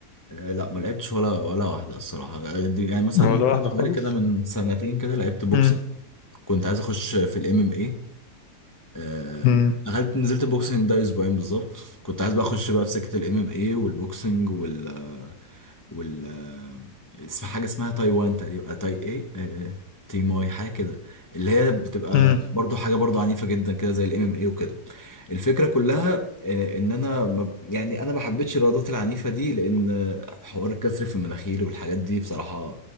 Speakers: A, on the left (about 30°); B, on the left (about 70°).
A: آه، لا ما لعبتش ولا ولا واحدة الصراحة آه، دي يعني مثلا
B: ولا
A: ممكن
B: واحدة خالص
A: حوالي كده من سنتين كده لعبت بوكسنج
B: مم.
A: كنت عايز اخش في الام ام آه،
B: مم.
A: دخلت نزلت البوكسنج ده اسبوعين بالظبط كنت عايز بقى اخش بقى في سكه الام ام اي والبوكسنج وال وال اسم حاجه اسمها تايوان تقريبا آه، تاي ايه آه، تيماي حاجه كده اللي هي بتبقى
B: مم.
A: برضو حاجه برضو عنيفه جدا كده زي الام ام اي وكده الفكره كلها آه، ان انا ما يعني انا ما حبيتش الرياضات العنيفه دي لان حوار الكسر في المناخير والحاجات دي بصراحه